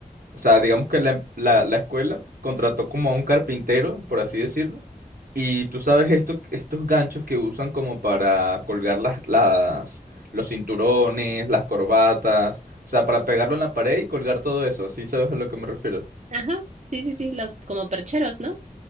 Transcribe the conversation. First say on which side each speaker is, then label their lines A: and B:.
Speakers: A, on the right; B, on the right.
A: o sea, digamos que la, em- la la escuela contrató como a un carpintero, por así decirlo y tú sabes esto, estos ganchos que usan como para colgar las, las, los cinturones, las corbatas, o sea, para pegarlo en la pared y colgar todo eso, ¿sí sabes a lo que me refiero?
B: Ajá, sí, sí, sí, los como percheros, ¿no?